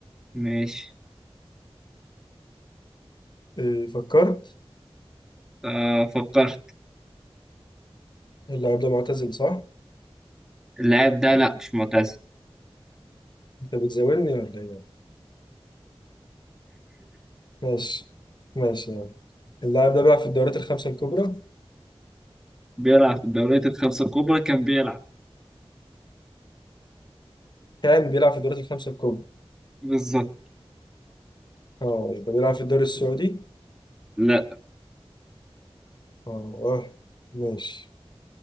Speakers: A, in the centre; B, on the left (about 45°).
A: ماشي
B: إيه فكرت
A: آه فكرت
B: اللاعب ده معتزل صح
A: اللاعب ده لأ مش معتزل
B: انت بتزاولني ولا ايه ماشي ماشي يعني. اللاعب ده بيلعب في الدوريات الخمسة الكبرى
A: بيلعب في الدوريات الخمسة الكبرى كان بيلعب
B: كان بيلعب في الدوريات الخمسة الكبرى
A: بالظبط
B: اه يبقى بيلعب في الدوري السعودي
A: لا
B: اه اه ماشي